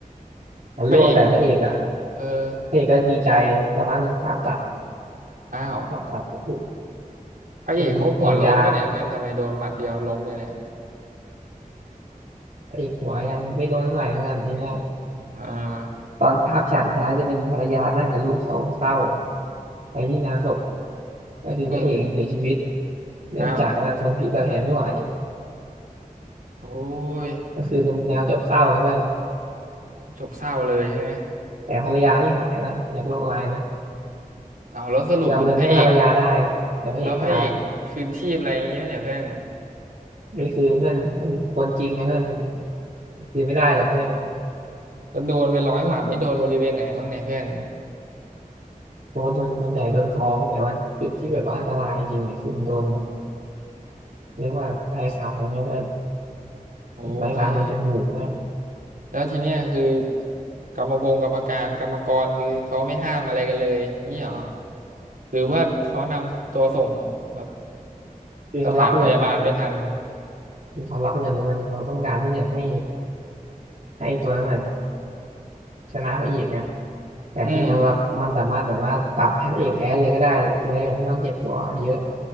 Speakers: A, on the right; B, on the right.
A: มันล่วงแต่พระเอกอ่ะ
B: พระเอกเขาเออ
A: พระเอกก็ดีใจสักพักหนึ่งภาพตัด
B: อ้าว
A: ภาพตัดก็คือ
B: พระเอกเขาหัวโล้นป่ะเนี่ยเพื่อนทำไมโดนหมัดเดียวล้มเลยเนี่ย
A: เป็นภรรยาพระเอกหัวยังไม่โดนเท่าไหร่เพื่อนทีเนี้ย
B: อ่า
A: ตอนภาพฉากสุดท้ายจะเป็นภรรยานั่งกับลูกเขาเศร้า ไปที่งานศพก็คือพระเอกเสียชีวิต
B: อืม
A: เนื่องจากว่าทนพิษรดแผลไม่ไหว
B: อ้าวโอ้ย
A: ก็คือเป็นแนวจบเศร้าอะเพื่อน
B: จบเศร้าเลยใช่ไหม
A: แต่ภรรยาที่หายนะจากโรคร้ายนะ
B: เ้าวแล้วสรุปคือพระเอก
A: คือเอาเงินให้ภรรยาได้แต่พระเอกตาย
B: แล้วพระเอกคืนชีพอะไรอย่างงี้ป่ะเนี่ยเพื่อน
A: นี่คือเพื่อนคนคนจริงนะเพื่อนคือไม่ได้หรอกเพื่อน
B: แล้วโดนไปร้อยหมัดนี่โดนบริเวณไหนบ้างเนี่ยเพื่อน
A: โดนสนส่วนใหญ่โดนท้องแต่ว่าจุดที่แบบว่าอันตรายจริงๆเนี่ยคือมันโดนแบบเรียกว่าปลายขางเนี่ยเพื่อน
B: โอ้ย
A: เป็นปลายขางโดนจมูกเนี่ย
B: แล้วทีเนี้ยคือกรรมกรกรรมการกรรมกรคือเขาไม่ห้ามอะไรกันเลยนี่หรอหรือว่าเขานำตัวส่งแบบ
A: คือเขารับเงินอ่ะคือ
B: สถานพยาบาลไม่ทัน
A: คือเขารับเงินเงินเขาต้องการที่จะให้ให้ตัวนั้นน่ะชนะพระเอกไง แต่จริงๆเรามันสามารถแบบว่าปรับให้พระเอกแพ้เลยก็ได้จะได้แบบไม่ต้องเจ็บตัวเยอะ
B: อืม